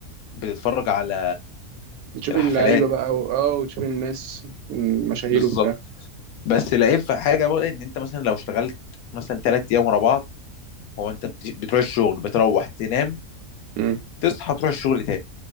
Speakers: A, on the left; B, on the right.
A: بتتفرج على
B: بتشوف
A: الحفلات
B: اللعيبة بقى و... اه وتشوف الناس المشاهير
A: بالظبط
B: وبتاع
A: بس العيب في حاجه بقى ان انت مثلا لو اشتغلت مثلا ثلاث ايام ورا بعض هو انت بت... بتروح الشغل بتروح تنام
B: امم
A: تصحى تروح الشغل تاني